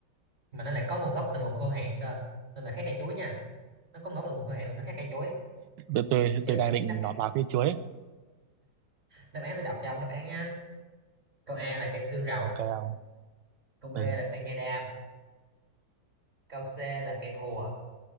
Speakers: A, on the right; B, on the right.
A: mà nó lại có nguồn gốc từ vùng khô hạn cơ nên là khác cây chuối nha nó có ngấu từ vùng hơi hạn nên nó khác cây chuối
B: tôi tôi
A: Vậy
B: tôi
A: đáp
B: đang
A: án
B: định
A: đáp án
B: nọt vào cây chuối ấy.
A: đáp án tôi đọc cho ông đáp án nhá câu A là cây xương rồng
B: ok không
A: câu B
B: ừ.
A: là cây nha đam câu C là cây thùa